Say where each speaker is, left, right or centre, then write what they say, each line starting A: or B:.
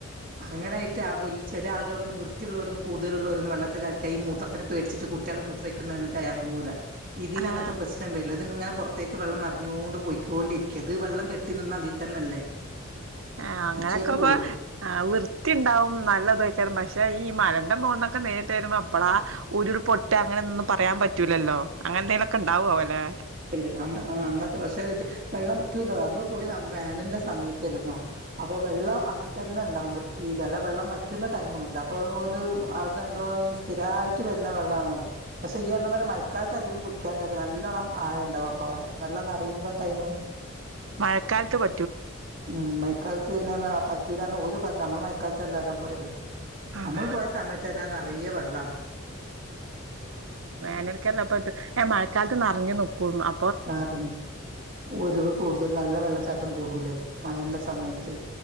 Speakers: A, on the right; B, on the right.
A: അങ്ങനായിട്ട ആ വല്ല്യ ചില ആളുകളൊന്നും വൃത്തിയുള്ളോരൊന്നും കൂടുതലുള്ളരൊന്നും വെള്ളത്തി കളിക്ക ഈ മൂത്രത്തിന് പേടിച്ചിട്ട് കുട്ടികള് മൂത്രഒയ്ക്കുന്ന് പറഞ്ഞിട്ട് ഇറങ്ങൂല്ല ഇതിലങ്ങനത്തെ
B: ആഹ്
A: പ്രശ്നം വരില്ല അതിങ്ങനെ പുറത്തേക്ക് വെള്ളം നിറഞ്ഞോണ്ട് പൊയ്ക്കിണ്ടിരിക്കാ. ഇത് വെള്ളം കെട്ടി നിന്ന അതി തന്നെല്ലേ
B: ആ അങ്ങനൊക്കെ
A: അച്ചേ പോവുള്ളൂ
B: പ ആ വൃത്തി ഉണ്ടാവും നല്ലതേകാലും പക്ഷേ ഈ മലെന്റെ മോൾന്നൊക്കെ നേരിട്ട് വരുമ്പോ എപ്പളാ ഉരുൾ പൊട്ടുക അങ്ങനെന്നൊന്നും പറയാൻ പറ്റൂലല്ലോ അങ്ങനെന്തെങ്കിലൊക്കെണ്ടാവോ ലേ
A: <unintelligible> അന്ന് അങ്ങനത്തെ പക്ഷെ ഇത് വെള്ളം വറ്റൂല്ലോ നമ്മള് പോയീ വേനലിന്റെ സമയത്തല്ലെന്നോ അപ്പൊ വെള്ളം അങ്ങനെ തന്നെ ഉണ്ടാകും വൃത്തീല്. അല്ല വെള്ളം വറ്റുന്ന ടൈമുണ്ടല്ലോ അപ്പൊ ഒരു അവിടുന്നെന്തോ സ്ഥിരമായിട്ട് വരുന്ന വെള്ളാണല്ലോ. പക്ഷെ ഇയ് പറഞ്ഞ പോലെ മയക്കാലത്ത് അധികം കുളിക്കാൻ കേര്യ നല്ലോണ്ണം ആയം ണ്ടാവും അപ്പ അവിടെ വെള്ളം നറയുമ്പോ ടൈമ്
B: മഴക്കാലത്ത് പ
A: ഉം മയക്കാലത്ത് പിന്നെ ആ പറ്റൂല്ലാന്ന് ഓരു പറഞ്ഞു നമ്മള് മയക്കാലത്ത് തന്നെയല്ലെ പോയത്
B: ആഹ്
A: നമ്മള് പോയ സമയത്തന്നെ അത് നറയെ വെള്ളാണ്
B: വേനൽകാല്ലാ പറ്റും എ മഴക്കാലത്ത് നറഞ്ഞു നിക്കൂന്ന് അ
A: നറഞ്ഞ് ഒലിവ് കൂടുതൽ നല്ല വെള്ളച്ചാട്ടം കൂടൂലേ മഴന്റെ സമയത്ത്